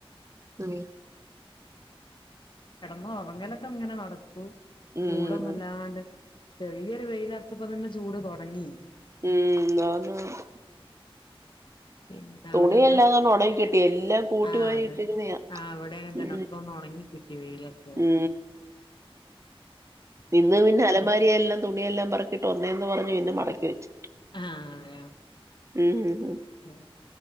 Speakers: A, on the right; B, on the left.
A: ഉം.
B: ആ ഒറങ്ങലൊക്കെ ഇങ്ങനെ നടക്കൂ
A: ഉം.
B: ചൂടൊന്നില്ലാണ്ട്
A: ഉം.
B: ചെറിയൊരു വെയിൽ അറത്തപ്പം തന്നെ ചൂട് തുടങ്ങി
A: ഉം ന്നാ ന്നാ ന്ന്
B: പിന്നെ
A: തുണിയെല്ലാം
B: അവിടെ എന്താ
A: ഉണങ്ങി കിട്ടി എല്ലാം കൂട്ടി
B: ആഹ്
A: വാരി
B: അതെ
A: ഇട്ടിരുന്നിയ
B: ആഹ് ഇവിടെ അങ്ങനെ തന്നെ
A: ഉ
B: ഒക്കെ ഒന്ന് ഒണങ്ങി കിട്ടി വെയിലറച്ചോണ്ട്
A: ഉ ഇന്ന് പിന്നെ അലമാരിയെല്ലാം തുണിയല്ലാം പറക്കിയിട്ട് ഒന്നേന്ന് പറഞ്ഞു പിന്നെ മടക്കി വെച്ച്.
B: ആ അതെയോ
A: മ്ഹും
B: ഉം